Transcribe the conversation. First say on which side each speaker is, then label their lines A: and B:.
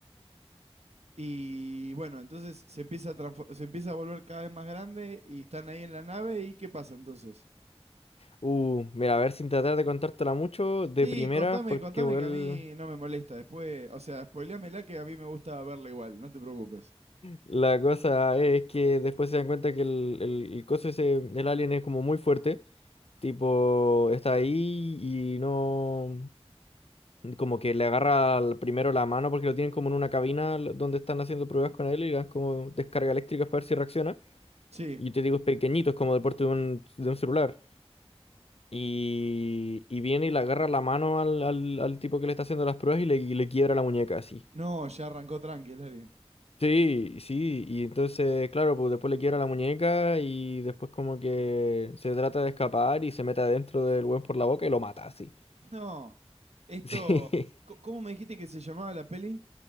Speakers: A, on the right; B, on the left.
A: Y bueno, entonces se empieza a transfo- se empieza a volver cada vez más grande y están ahí en la nave y ¿qué pasa entonces?
B: Uh, mira, a ver sin tratar de contártela mucho de
A: Sí,
B: primeras
A: contame,
B: porque
A: contame
B: igual
A: que a mí no me molesta. Después, o sea, spoileámela que a mí me gusta verla igual, no te preocupes.
B: La cosa es que después se dan cuenta que el, el, el coso ese, el alien es como muy fuerte, tipo, está ahí y no, como que le agarra al- primero la mano porque lo tienen como en una cabina l- donde están haciendo pruebas con él y le dan como descarga eléctrica para ver si reacciona.
A: Sí.
B: Y te digo, es pequeñito, es como de porte de un, de un celular. Y, y viene y le agarra la mano al, al, al tipo que le está haciendo las pruebas y le, y le quiebra la muñeca así.
A: No, ya arrancó tranqui el alien.
B: Sí, sí, y entonces, claro, pues después le quiebra la muñeca y después como que se trata de escapar y se mete adentro del buen por la boca y lo mata, así. <laughs>
A: No. Esto,
B: Sí.
A: co- ¿cómo me dijiste que se llamaba la peli?